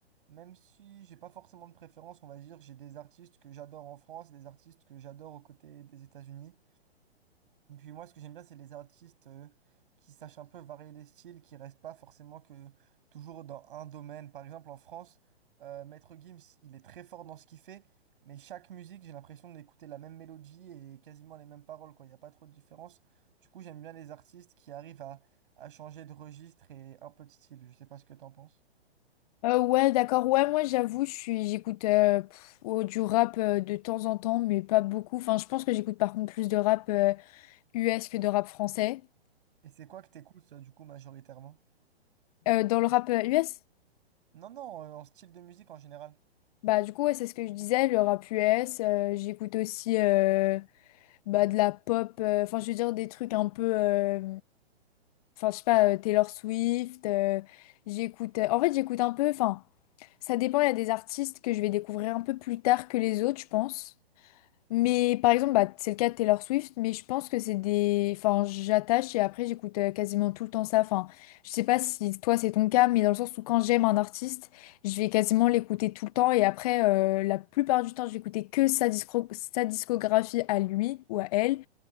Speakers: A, on the right; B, on the left.
A: même si j'ai pas forcément de préférence, on va dire, j'ai des artistes que j'adore en France et des artistes que j'adore aux côtés des États-Unis. Puis moi, ce que j'aime bien, c'est les artistes euh, qui sachent un peu varier les styles, qui restent pas forcément que toujours dans un domaine. Par exemple, en France, euh, Maître Gims, il est très fort dans ce qu'il fait, mais chaque musique, j'ai l'impression d'écouter la même mélodie et quasiment les mêmes paroles, quoi. Il n'y a pas trop de différence. Du coup, j'aime bien les artistes qui arrivent à, à changer de registre et un peu de style. Je sais pas ce que t'en penses.
B: Euh, ouais, d'accord. Ouais, moi, j'avoue, je suis j'écoute euh, pff, oh, du rap euh, de temps en temps, mais pas beaucoup. Enfin, je pense que j'écoute par contre plus de rap euh, US que de rap français.
A: Et c'est quoi que t'écoutes, toi, du coup, majoritairement?
B: Euh, dans le rap euh, US,
A: Non, non, euh, en style de musique en général.
B: bah du coup ouais, c'est ce que je disais, le rap US, euh, j'écoute aussi euh, bah, de la pop, euh, enfin je veux dire des trucs un peu euh, Enfin, je sais pas, euh, Taylor Swift, euh, j'écoute. euh, en fait, j'écoute un peu. Enfin, ça dépend. Il y a des artistes que je vais découvrir un peu plus tard que les autres, je pense. Mais par exemple, bah, c'est le cas de Taylor Swift, mais je pense que c'est des. Enfin, j'attache et après, j'écoute euh, quasiment tout le temps ça. Enfin, je sais pas si toi, c'est ton cas, mais dans le sens où quand j'aime un artiste, je vais quasiment l'écouter tout le temps et après, euh, la plupart du temps, je vais écouter que sa discro- sa discographie à lui ou à elle.